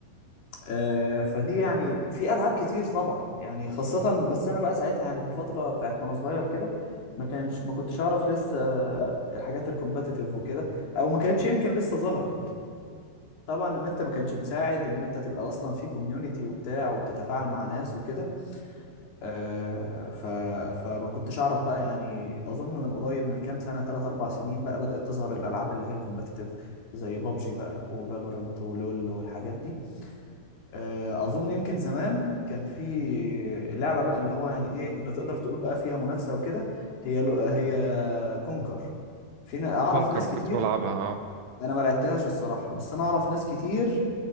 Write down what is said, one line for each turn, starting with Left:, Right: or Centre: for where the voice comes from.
Left: آه فدي يعني في ألعاب كتير طبعا يعني خاصة بس أنا بقى ساعتها يعني في الفترة بتاعت وأنا صغير كده ما كانش ما كنتش أعرف لسه الحاجات الكومباتيتيف وكده أو ما كانتش يمكن لسه ظهرت طبعا النت ما كانش مساعد ان انت تبقى اصلا في كوميونتي وبتاع وبتتفاعل مع ناس وكده آه، ف... فما كنتش اعرف بقى يعني اظن من قريب من كام سنه 3 4 سنين بقى بدات تظهر الالعاب اللي هي الكومبتيتيف زي بابجي بقى وفالورنت ولول والحاجات دي آه، اظن يمكن زمان كان في لعبه بقى اللي هو يعني ايه اللي تقدر تقول بقى فيها منافسه وكده هي لو- هي كونكر فينا اعرف
Right: فالكونكر
Left: ناس
Right: كنت
Left: كتير
Right: بلعبها اه
Left: انا ما لعبتهاش الصراحه بس انا اعرف ناس كتير